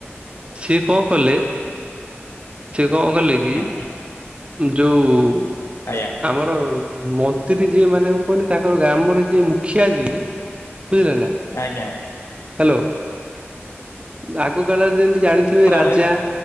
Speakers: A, on the right; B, on the left.
A: ସିଏ କଣ କଲେ ସେ କଣ କଲେ କି
B: ହୁଁ
A: ଯୋଉ
B: ଆଜ୍ଞା।
A: ଆମର ମନ୍ତ୍ରୀ ଯିଏ ମାନେ କହିଲି ତାଙ୍କର ଗ୍ରାମରେ ଯିଏ ମୁଖିଆ ଯିଏ ବୁଝିଲେ ନା
B: ଆଜ୍ଞା।
A: ହ୍ୟାଲୋ ଆଗ କାଳରେ ଯେମିତି ଜାଣିଥିବେ ରାଜା
B: ଗଣେ